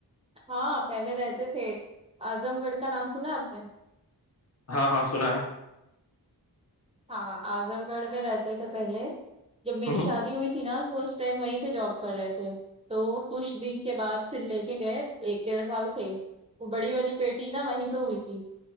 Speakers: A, on the right (about 15°); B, on the left (about 40°).
A: ہاں پہلے رہتے تھے اعظم گڑھ کا نام سنا آپ نے
B: ہاں ہاں سنا ہے
A: ہاں اعظم گڑھ میں رہتے تھے پہلے جب میری
B: ہوں
A: شادی ہوئی تھی نا تو ٹائم وہیں پہ جوب کر رہے تھے تو کچھ دن کے بعد پھر لے کے گئے ایک ڈیڑھ سال تھے وہ بڑی والی بیٹی نا وہی سے ہوئی تھی